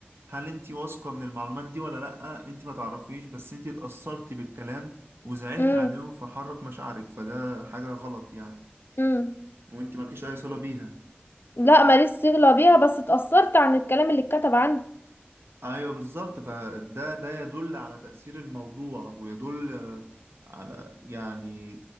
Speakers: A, on the right; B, on the left.
A: هل انت واثقة من المعلومات دي ولا لأ انت ما تعرفيش بس انت اتأثرتي بالكلام وزعلت
B: امم
A: عليهم فحرك مشاعرك فده حاجة غلط يعني
B: امم
A: وانت مالكيش اي صلة بيها
B: لا ماليش صله بيها بس اتأثرت عن الكلام اللي اتكتب عنها
A: ايوه بالظبط فده ده يدل على تأثير الموضوع ويدل آه، على يعني